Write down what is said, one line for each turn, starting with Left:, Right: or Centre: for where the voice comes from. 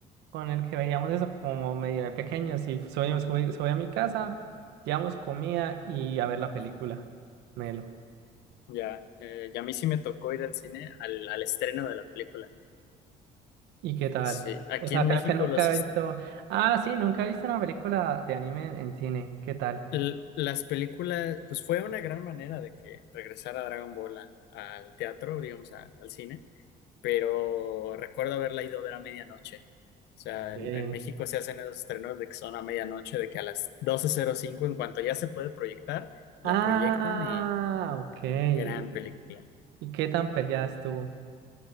Right: con el que veíamos eso como medio de pequeños y soy, subí subí a mi casa, llevamos comida y a ver la película. Melo.
Left: Ya, eh, y a mí sí me tocó ir al cine al, al estreno de la película.
Right: ¿Y qué tal?
Left: Sí, aquí
Right: O sea,
Left: en
Right: creo
Left: México
Right: que nunca
Left: los,
Right: he visto, ah, sí, nunca he visto una película de anime en, en cine. ¿Qué tal?
Left: L- Las películas, pues fue una gran manera de que regresara Dragon Ball a- al teatro, digamos, a- al cine, pero recuerdo haberla ido a ver a medianoche. O sea,
Right: Eh,
Left: en, en México se hacen esos estrenos de que son a medianoche, de que a las doce cero cinco en cuanto ya se puede proyectar, la
Right: Ah,
Left: proyectan y
Right: ok. ¿Y
Left: gran película.
Right: y qué tan peleada estuvo?